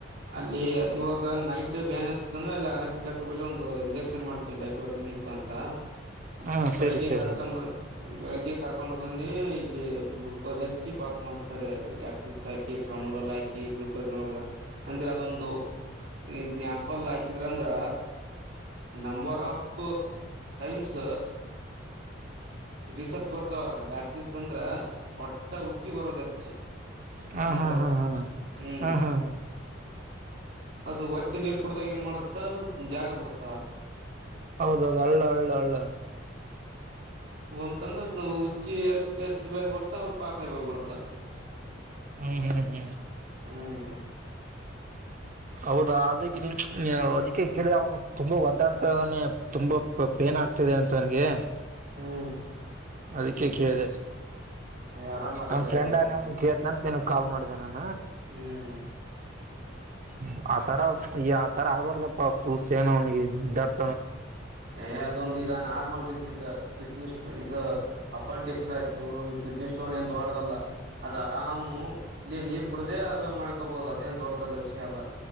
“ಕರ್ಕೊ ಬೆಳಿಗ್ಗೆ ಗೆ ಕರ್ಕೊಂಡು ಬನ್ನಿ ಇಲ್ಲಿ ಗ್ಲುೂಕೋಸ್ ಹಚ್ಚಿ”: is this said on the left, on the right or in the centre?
Right